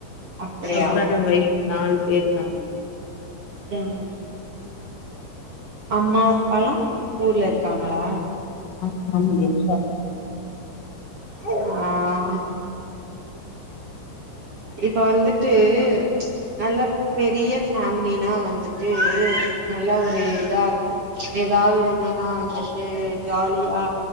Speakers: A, on the right (about 45°); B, on the left (about 55°).
A: அப்படியா
B: ஹஸ்பண்ட் அண்ட் ஒய்ஃப் நாலு பேரு நாங்க
A: ம் அம்மா அப்பல்லா ஊர்ல இருக்காங்ளா
B: ஆ ஆமாய்யா ஷா
A: ஆ இப்ப வந்துட்டு நல்ல பெரிய ஃபேமிலினா வந்துட்டு நல்ல ஒரு இதாருக்கு ஏதாவது ஒண்ணுன்னா வந்துட்டு ஜாலியா